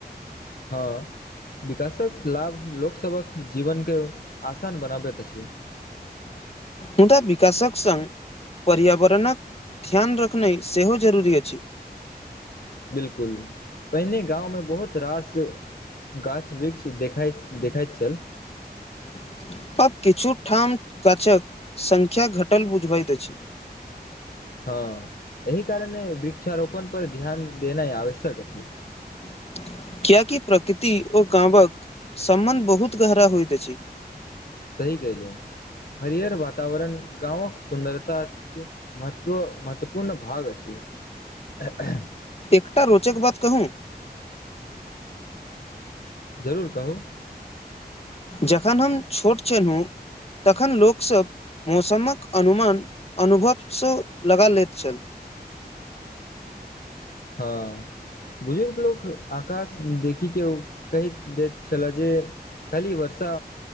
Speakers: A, on the left; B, on the left.
A: हँ विकासक लाभ लोकसभक जीवनकेँ आसान बनाबैत अछि
B: मुदा विकशक सङ् पर्यावरणक ध्यान रखनाइ सेहो जरूरी अछि
A: बिलकुल पहिने गाँव में बहुत रास गाछ वृक्ष देखाइत देखाइत छल
B: <inaudible> आब किछु ठाम गाछक संख्या घटल बुझबैत अछि
A: हँ एहि कारण वृक्षारोपण पर ध्यान देनाइ आवश्यक छै
B: <inaudible> कियकि प्रकृति ओ गाँवक सम्बन्ध बहुत गहरा होइत अछि
A: सही कहलिय हरिहर वातावर्ण गाँवक सुन्दरता महत्व महत्वपूर्ण भाग अछि एखन
B: एकटा रोचक बात कहू
A: जरूर कहू
B: जखन हम छोट छलहुँ तखन लोकसभ मौसमक अनुमान अनुभवसँ लगा लैत छल <inaudible>
A: हँ बुजुर्ग लोक आकाश देखी के ओ कहि दैत छल जे खाली वर्षा